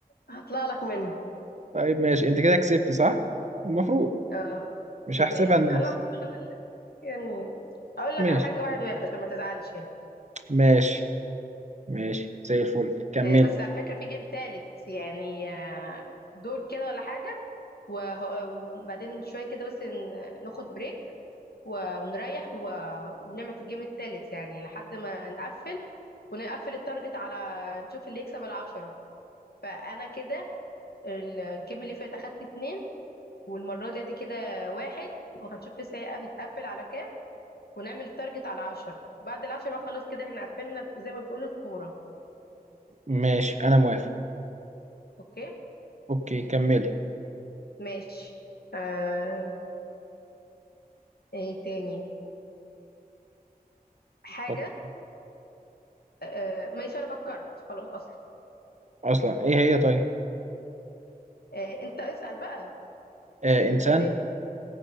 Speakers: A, on the left; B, on the right.
A: هطلع لك منه
B: طيب ماشي انت كده كسبت صح المفروض
A: اه
B: مش
A: يعني
B: هحسبها لنفسي
A: انا برضو أنا ال- يعني اقول لك
B: ماشي
A: على حاجه واحد واحد عشان ما تزعلش يعني
B: ماشي ماشي زي الفل كملي
A: آه، بس على فكره في جيم تالت يعني آه، دور كده ولا حاجه وه- وبعدين شوية كده بس ن- ناخد بريك ونريح و- ونعمل في الجيم التالت يعني لحد ما نقفل ونقفل التارجت على نشوف اللي يكسب العشرة فأنا كده الجيم اللي فات أخدت اتنين والمرة دي دي كده واحد وهنشوف لسه هيقف- هيتقفل على كام ونعمل التارجت على عشرة بعد العشرة بقى خلاص كده احنا قفلنا زي ما بيقولوا الفورة
B: ماشي انا موافق
A: اوكي
B: اوكي كملي
A: ماشي آه... ايه تاني حاجة
B: فكر.
A: آه... ماشي أنا فكرت خلاص أصلا
B: اصلا ايه هي طيب
A: آه... انت اسأل بقى
B: آه
A: انت نسيت
B: انسان
A: ولا ايه